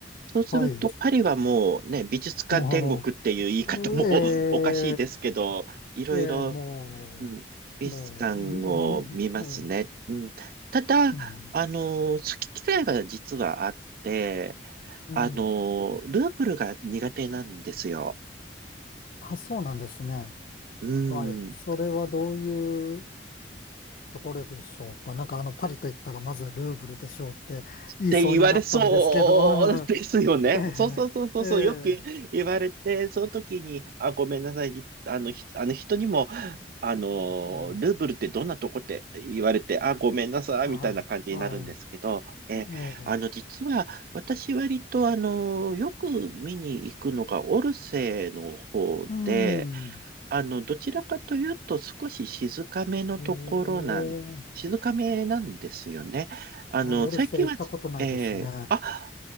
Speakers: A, on the right; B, on the left.
A: そうするとパリはもうね、
B: はい。
A: 美術館天国っていう言い方も
B: もう、え
A: <laughs> おかしいですけど、いろいろ、
B: えええもう、
A: うん、美術館を見ますね。
B: もう、んぬむ、ええ
A: うん、ただ、
B: うん、
A: あの、好き嫌いは実はあって、
B: うん。
A: あの、ルーブルが苦手なんですよ。
B: あ、そうなんですね。
A: う
B: はい。
A: ん。
B: それはどうい
A: っ
B: うところでしょうか。なんかあのパリと言ったらまずルーブルでしょうって言いそうになったんですけど、
A: て言われそうですよね。
B: <laughs> え
A: そうそうそうそうそう、
B: え、え
A: よく言われて、
B: え
A: その時に、あ、ごめんなさい、あの、ひあの人にも、あの、
B: うん、
A: ルーブルってどんなとこって言われて、あ、ごめんなさい、
B: はい、
A: みたいな感じになるんですけど、
B: はい、
A: え、
B: ええ、
A: あの、実は、私割と、あの、よく見に行くのがオルセーの方で、
B: うん、
A: あの、どちらかというと少し静かめのところなん、
B: ええ、
A: 静かめなんですよね。あの、
B: あ、オルセー行ったことないですね。
A: 最近は、えー、あ、